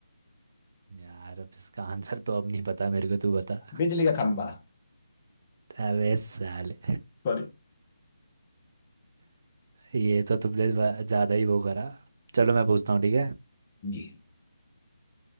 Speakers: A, on the right; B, on the left.
A: यार अब इसका आंसर तो अब नहीं पता मेरे को तू बता
B: बिजली का खंभा
A: अबे साले
B: सॉरी
A: ये तो तुमने ब- ज्यादा ही वो करा चलो मैं पूछता हूँ ठीक है
B: जी